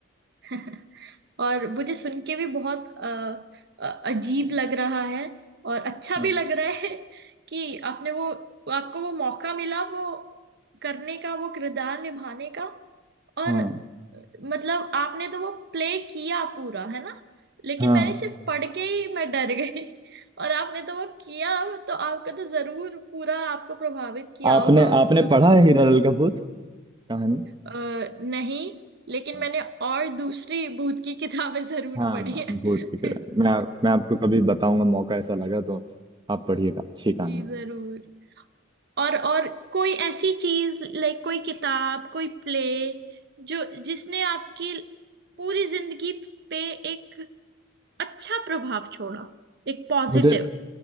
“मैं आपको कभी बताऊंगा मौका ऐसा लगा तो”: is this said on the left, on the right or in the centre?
Right